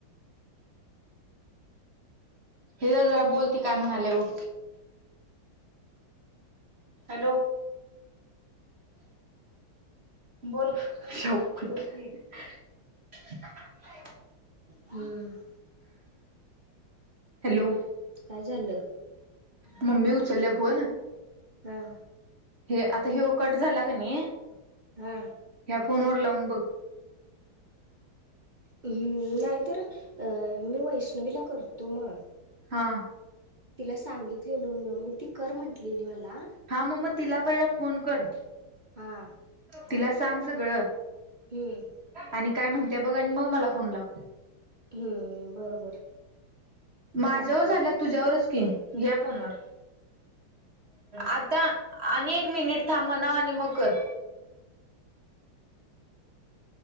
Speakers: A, on the right; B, on the right.
A: हे जरा बोल ती काय म्हणाल्या बघ. हॅलो. शप्पथ.
B: हम्म.
A: हॅलो
B: काय झालं
A: मम्मी उचलल्या फोन.
B: हा.
A: हे आता ह्यो कट झाला का नाही.
B: हा.
A: ह्या फोनवर लावून बघ.
B: हम नाही तर अ मी वैष्णवीला करतो मग.
A: हा.
B: तिला सांगितलेल मी ती कर म्हंटलेली मला.
A: हा मम्मा तिला पहिला फोन कर.
B: हा.
A: तिला सांग सगळं.
B: हम्म.
A: आणि काय म्हणत्या बघ आणि मग मला फोन लाव.
B: हम्म बरोबर.
A: माझ्यावर
B: चालते
A: झाल्या
B: की
A: तुझ्यावरच कि या फोनवर. आता आणि एक मिनिट थांब म्हणाव आणि मग कर. <inaudible>